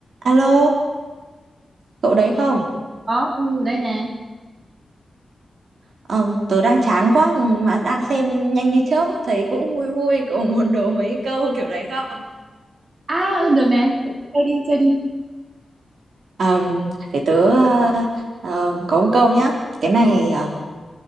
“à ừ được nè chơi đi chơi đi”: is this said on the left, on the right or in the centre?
Right